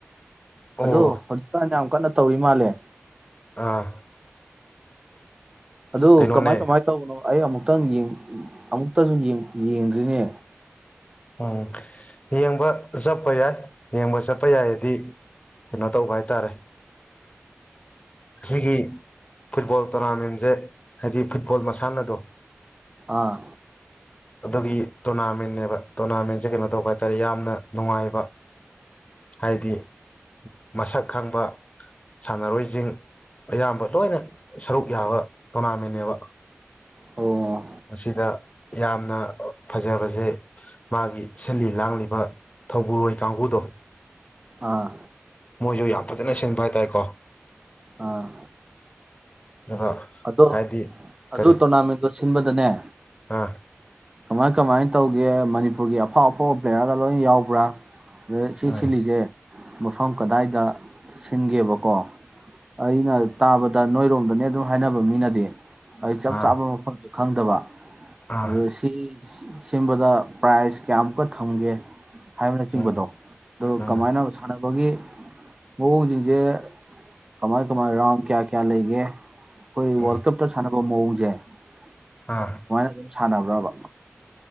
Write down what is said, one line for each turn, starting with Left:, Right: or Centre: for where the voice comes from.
Left: ꯑꯣ
Right: ꯑꯗꯣ ꯍꯧꯖꯤꯛ ꯀꯥꯟ ꯌꯥꯝ ꯀꯟꯅ ꯇꯧꯔꯤ ꯃꯥꯜꯂꯦ
Left: ꯑꯥ <unintelligible>
Right: ꯑꯗꯨ
Left: ꯀꯩꯅꯣꯅꯦ
Right: ꯀꯃꯥꯏ ꯀꯃꯥꯏ ꯇꯧꯕꯅꯣ ꯑꯩ ꯑꯃꯨꯛꯇꯪ ꯌꯦꯡ ꯑꯃꯨꯛꯇꯁꯨ ꯌꯦꯡ ꯌꯦꯡꯗ꯭ꯔꯤꯅꯦ
Left: ꯎꯝ ꯌꯦꯡꯕ ꯆꯠꯄ ꯌꯥꯏ ꯌꯦꯡꯕ ꯆꯠꯄ ꯌꯥꯏ ꯑꯗꯤ ꯀꯩꯅꯣ ꯇꯧꯕ ꯍꯥꯏꯇꯥꯔꯦ ꯁꯤꯒꯤꯒꯤ ꯐꯨꯠꯕꯣꯜ ꯇꯣꯔꯅꯥꯃꯦꯟꯁꯦ ꯍꯥꯏꯗꯤ ꯐꯨꯠꯕꯣꯜ ꯃꯁꯥꯟꯅꯗꯣ
Right: ꯑꯥ
Left: ꯑꯗꯨꯒꯤ ꯇꯣꯔꯅꯥꯃꯦꯟ ꯅꯦꯕ ꯇꯣꯔꯅꯥꯃꯦꯟꯁꯦ ꯀꯩꯅꯣ ꯇꯧꯕ ꯍꯥꯏꯇꯥꯔꯦ ꯌꯥꯝꯅ ꯅꯨꯡꯉꯥꯏꯕ ꯍꯥꯏꯗꯤ ꯃꯁꯛ ꯈꯪꯕ ꯁꯥꯟꯅꯔꯣꯏꯖꯤꯡ ꯑꯌꯥꯝꯕ ꯂꯣꯏꯅ ꯁꯔꯨꯛ ꯌꯥꯕ ꯇꯣꯔꯅꯥꯃꯦꯟꯅꯦꯕ
Right: ꯑꯣ
Left: ꯃꯁꯤꯗ ꯌꯥꯝꯅ ꯐꯖꯕꯁꯦ ꯃꯥꯒꯤ ꯁꯤꯜꯂꯤ ꯂꯥꯡꯂꯤꯕ ꯊꯧꯕꯨꯔꯣꯏ ꯀꯥꯡꯕꯨꯗꯣ
Right: ꯑꯥ
Left: ꯃꯣꯏꯁꯨ ꯌꯥꯝ ꯐꯖꯅ ꯁꯦꯝꯕ ꯍꯥꯏꯇꯥꯔꯦꯀꯣ
Right: ꯑꯥ
Left: ꯗꯕ
Right: ꯑꯗꯣ
Left: ꯍꯥꯏꯗꯤ
Right: ꯑꯗꯨ
Left: ꯀꯔꯤ
Right: ꯇꯣꯔꯅꯥꯃꯦꯟꯗꯣ ꯁꯤꯟꯕꯗꯅꯦ
Left: ꯑꯥ
Right: ꯀꯃꯥꯏ ꯀꯃꯥꯏꯅ ꯇꯧꯒꯦ ꯃꯅꯤꯄꯨꯔꯒꯤ ꯑꯐꯥꯎ ꯑꯐꯥꯎꯕ ꯄ꯭ꯂꯦꯌꯥꯔꯒ ꯂꯣꯏ ꯌꯥꯎꯕ꯭ꯔꯥ ꯑꯗ ꯁꯤ
Left: ꯎꯝ
Right: ꯁꯤꯜꯂꯤꯖꯦ ꯃꯐꯝ ꯀꯗꯥꯏꯗ ꯁꯤꯟꯒꯦꯕꯀꯣ ꯑꯩꯅ ꯇꯥꯕꯗ ꯅꯣꯏꯔꯣꯝꯗꯅꯦ ꯑꯗꯨꯝ ꯍꯥꯏꯅꯕ ꯃꯤꯅꯗꯤ ꯑꯩ ꯆꯞ
Left: ꯑꯥ
Right: ꯆꯥꯕ ꯃꯐꯝ ꯈꯪꯗꯕ
Left: ꯑꯥ
Right: ꯑꯗꯣ ꯁꯤ ꯁꯤꯟꯕꯗ ꯄ꯭ꯔꯥꯏꯖ ꯀꯌꯥꯃꯨꯛꯀ ꯊꯝꯒꯦ ꯍꯥꯏꯕꯅꯆꯤꯡꯕꯗꯣ
Left: ꯎꯝ
Right: ꯑꯗꯨ
Left: ꯎꯝ
Right: ꯀꯃꯥꯏꯅ ꯃꯣꯏꯒꯤ ꯃꯑꯣꯡꯁꯤꯡꯁꯦ ꯀꯃꯥꯏ ꯀꯃꯥꯏ ꯔꯥꯎꯟ ꯀꯌꯥ ꯀꯌꯥ ꯂꯩꯒꯦ ꯑꯩꯈꯣꯏ ꯋꯥꯔꯜ
Left: ꯎꯝ
Right: ꯀꯞꯇ ꯁꯥꯟ <unintelligible>
Left: ꯑꯥ
Right: <unintelligible> ꯁꯥꯟꯅꯕ꯭ꯔꯕ